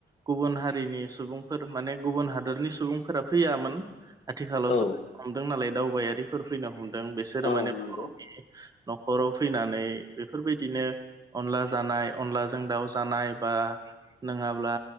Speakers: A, on the right; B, on the left.
A: गुबुन हारि हारिनि सुबुंफोर माने गुबुन हादरनि सुबुंफोरा फैयामोन आथिखालावसो
B: औ
A: फनो हमदों नालाय दावबायारिफोर फैनो हमदों बिसोरो
B: औ
A: माने बर'नि
B: नंगौ
A: न'खराव फैनानै बेफोरबायदिनो अनला जानाय अनलाजों दाउ जानाय बा नंङाब्ला